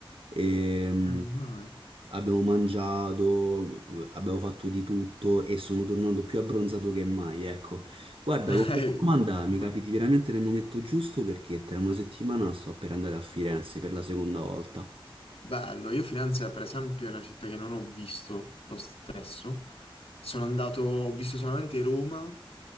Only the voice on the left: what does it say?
eh, immagino.
<laughs>
Eh,
immagino.
Bello, io Firenze per esempio è una città che non ho visto lo stesso. Sono andato, ho visto solamente Roma